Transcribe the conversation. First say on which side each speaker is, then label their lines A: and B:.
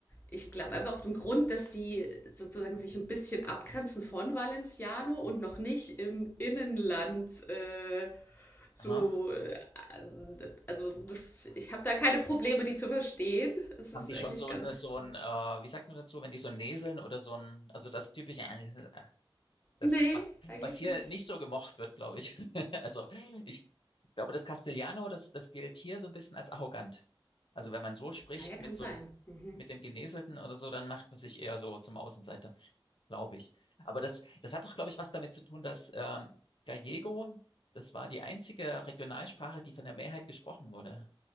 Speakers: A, on the left; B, on the left.
A: Ich glaube
B: Ähm,
A: einfach auf dem Grund, dass die sozusagen sich ein bisschen abgrenzen von Valenciano und noch nicht im Innenland äh, so.
B: aha.
A: äh, Also, das, ich habe da keine Probleme, die zu verstehen. Es
B: Haben
A: ist
B: die schon
A: eigentlich
B: so
A: ganz.
B: ein, so
A: äh,
B: ein, äh, wie sagt man dazu, wenn die so näseln oder so ein, also das typische, äh, das,
A: Nee,
B: was,
A: eigentlich
B: was hier
A: nicht.
B: nicht so gemocht wird, glaube ich. <laughs> Also ich, glaube, das Castellano, das, das gilt hier so ein bisschen als arrogant. Also wenn man so spricht
A: Naja, kann
B: mit so
A: sein.
B: einem,
A: Mhm.
B: mit dem Geneselten oder so, dann macht man sich eher so zum Außenseiter glaube ich. Aber das, das hat doch, glaube ich, was damit zu tun, dass ähm, Gallego, das war die einzige Regionalsprache, die von der Mehrheit gesprochen wurde.